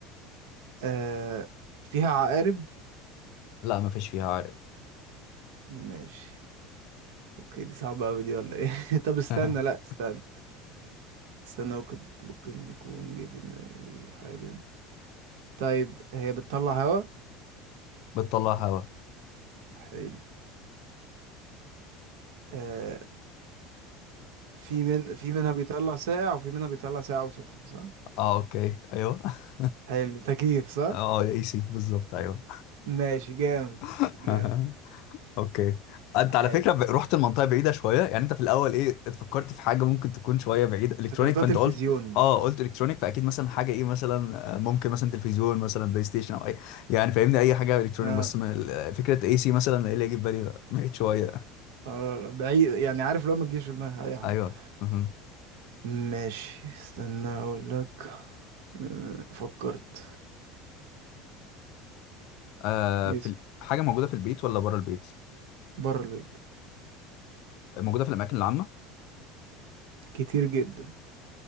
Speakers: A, on the right (about 85°); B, on the left (about 60°).
A: آه... فيها عقارب
B: لا ما فيش فيها عارق
A: ماشي اوكي دي صعبة أوي دي ولا ايه <laughs> طب استنى
B: <laughs>
A: لأ استنى استنى ممكن ممكن يكون جه في دماغي حاجة طيب هي بتطلع هوا
B: بتطلع هوا
A: حلو آه في من في منها بيطلع ساقع وفي منها بيطلع ساقع وسخن صح
B: اه اوكي ايوه <laughs>
A: حلو تكييف صح
B: اه اي سي بالظبط ايوه
A: ماشي جامد
B: <laughs>
A: جامد
B: اوكي انت
A: حلو
B: على فكره ب- رحت المنطقه بعيده شويه يعني انت في الاول ايه اتفكرت في حاجه ممكن تكون شويه بعيده الكترونيك
A: افتكرتها
B: فانت
A: تلفزيون
B: قلت اه قلت الكترونيك فاكيد مثلا حاجه ايه مثلا آه، ممكن مثلا تلفزيون مثلا بلاي ستيشن او اي يعني فاهمني اي حاجه الكترونيك
A: اه
B: بس من ال- فكره اي سي مثلا ايه اللي يجي في بالي ده؟ <laughs> بعيد شويه
A: اه بعيد يعني عارف لو ما تجيش في دماغ اي حد
B: ايوه مهم.
A: ماشي استنى اقول لك آه فكرت
B: آه
A: يس،
B: في ال- حاجه موجوده في البيت ولا بره البيت
A: بره البيت
B: موجوده في الاماكن العامه
A: كتير جدا